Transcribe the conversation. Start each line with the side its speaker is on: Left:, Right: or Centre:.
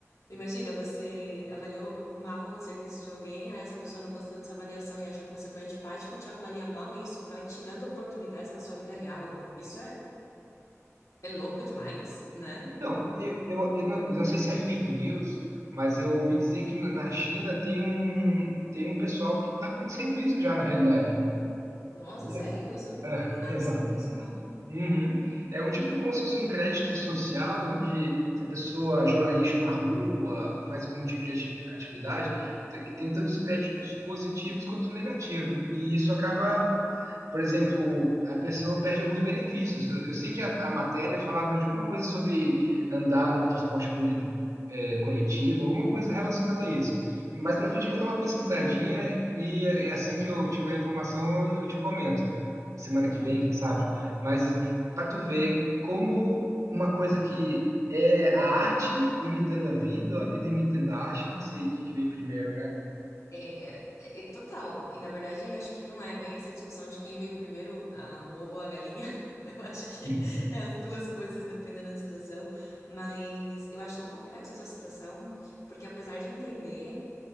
Left: imagina, você avaliou mal um serviço de alguém, aí essa pessoa não gostou dessa avaliação e achou que você foi antipático e te avalia mal, e isso vai tirando oportunidades na sua vida real. Isso é, é louco demais, né?
Right: Então, eu, eu, eu não, eu não sei se é fake news, mas eu ouvi dizer que na na China tem um, tem um pessoal que está acontecendo isso já na realidade,
Left: Nossa,
Right: sabia?
Left: sério? Isso eu não
Right: É,
Left: não li nada
Right: <laughs> exato.
Left: sobre isso, não.
Right: Uhum. É um tipo como se fosse um crédito social, onde se a pessoa joga lixo na rua ou faz algum tipo de ati- atividade, te- que tem tantos créditos positivos quanto negativos. E isso acaba por exemplo, a pessoa perde alguns benefícios. Eu, eu sei que a, a matéria falava de alguma coisa sobre andar no transporte poli- é, coletivo, alguma coisa relacionada a isso. E Mais para frente eu vou dar uma pesquisadinha e, é, assim que eu tiver a informação eu, eu te comento. Semana que
Left: Ok.
Right: vem, quem sabe. Mas para tu ver como uma coisa que é a arte imitando a vida, ou a vida imitando a arte, não sei o que que vem primeiro, né?
Left: É, é- é total. E na verdade, acho que não é bem essa discussão de quem veio primeiro, a- o ovo ou a galinha. <laughs> Eu acho que
Right: Uhum,
Left: é as duas coisas, dependendo da situação. Mas eu acho tão complexa essa situação, porque apesar de entender